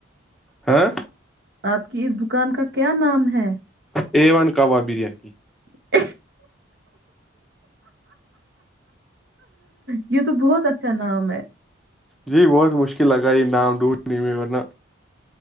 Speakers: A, in the centre; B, on the right (about 60°).
A: ہاں
B: آپ کی اس دکان کا کیا نام ہے
A: ا ون کباب بریانی
B: <inaudible> یہ تو بہت اچھا نام ہے
A: جی بہت مشکل لگا یہ نام ڈھونڈنے میں ورنہ